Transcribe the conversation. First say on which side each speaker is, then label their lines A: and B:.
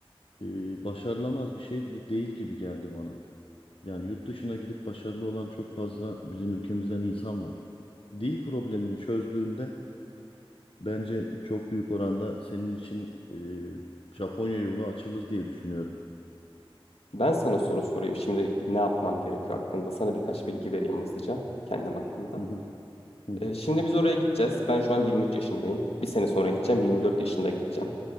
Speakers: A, on the left (about 65°); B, on the left (about 85°).
A: e, başarılamaz bir şey de değil gibi geldi bana. Yani yurt dışına gidip başarılı olan çok fazla bizim ülkemizden insan var. Dil problemini çözdüğünde bence çok büyük oranda senin için e, Japonya yolu açılır diye düşünüyorum.
B: Ben sana soru sorayım. Şimdi ne yapmam gerekiyor hakkında? Sana birkaç bilgi vereyim hızlıca kendim hakkında.
A: Hı hı, hı hı,
B: Ee, şimdi biz oraya gideceğiz. Ben şu an 23 yaşındayım. Bir sene sonra gideceğim. 24 yaşında gideceğim.